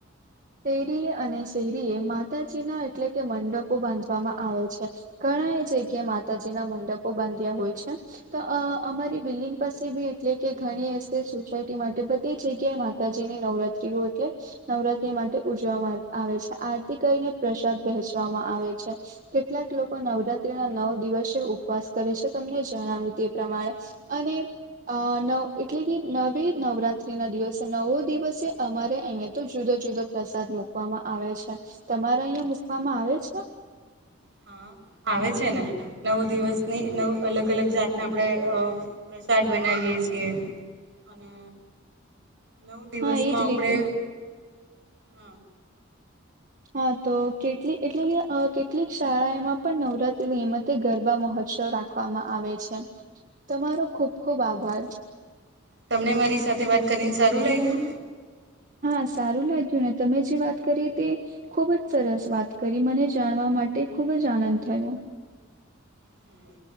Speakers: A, on the right; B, on the right.
A: શેરીએ અને શેરીએ માતાજીના એટલે કે મંડપો બાંધવામા આવે છે ઘણા એ જગ્યાએ માતાજીના મંડપો બાંધ્યા હોય છે તો અમારી બિલ્ડિંગ પાસે બી એટલે કે ઘણી હસે સોસાયટી માટે બધી જગ્યાએ માતાજીની નવરાત ત્રી એટલે નવરાત્રી માટે ઉજવામા આવે છે આરતી કરીને પ્રસાદ વહેચવામા આવે કેટલાક લોકો નવરાત્રી ના નવ દિવસે ઉપવાસ કરે છે તમને જણાવ્યુ તે પ્રમાણે અને અ નવ એટલે કે નવી નવરાત્રી ના દિવસે નવો દિવસે અમારે અહિયાં તો જુદો જુદો પ્રસાદ મુકવામા આવે છે તમારા અહિયાં મકવામા આવે છે
B: હા આવે છે ને નવ દિવસની નવ અલગ અલગ જાતને આપડે અ પ્રસાદ બનાવી એ છીએ અને નવ દિવસમા
A: હા એજ
B: આપડે
A: રીતે
B: હ
A: હા તો કેટલી એટલે કે અ કેટલીક શાળા એમા પણ નવરાત્રીની નિમતે ગરબા મહોત સો રાખવામા આવે છે તમારો ખુબ ખુબ આભાર
B: તમને મારી સાથે વાત કરીને સારું લાયગ્યુ
A: હા સારું લાગ્યુ ને તમે જે વાત કરી તે ખુબ જ સરસ વાત કરી મને જાણવા માટે ખુબ જ આનંદ થયો
B: હમ